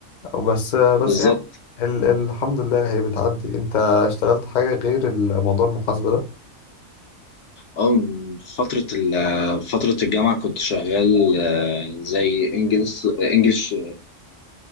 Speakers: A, on the left (about 45°); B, on the left (about 70°).
A: بس بس
B: بالظبط
A: يعني ال الحمد لله هي بتعدي انت اشتغلت حاجة غير الموضوع المحاسبة ده
B: اه فترة ال- فترة الجامعة كنت شغال آه، زي انجلش انجلش